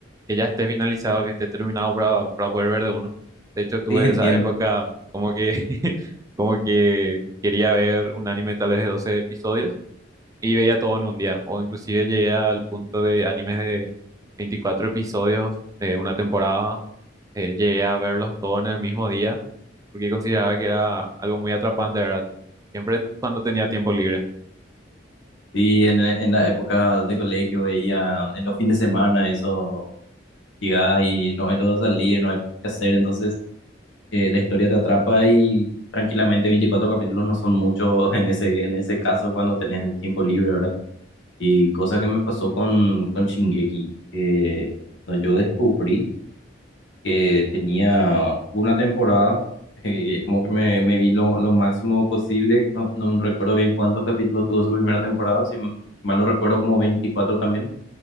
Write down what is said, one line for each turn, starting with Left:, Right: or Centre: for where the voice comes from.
Right: que ya esté finalizado, que esté terminado para, para poder ver de uno. De hecho, tuve
Left: Sí, entiendo
Right: esa época como que, <laughs> como que quería ver un anime tal vez de 12 episodios y veía todo en un día. O inclusive llegué al punto de animes de 24 episodios de una temporada. eh, llegué a verlos todos en el mismo día porque consideraba que era algo muy atrapante, ¿verdad? Siempre cuando tenía tiempo libre.
Left: Sí, en, e, en la época de colegio veía en los fines de semana eso, llegás y no hay lo de salir, no hay mucho que hacer, entonces eh, la historia te atrapa y tranquilamente 24 capítulos no son muchos <laughs> en ese, en ese caso cuando tenés el tiempo libre, ¿verdad? Y cosa que me pasó con, con Shingeki, que no, yo descubrí que tenía una temporada, eh, es como que me, me vi lo, lo máximo posible, no, no recuerdo bien cuántos capítulos tuvo su primera temporada, si m- mal no recuerdo como 24 también,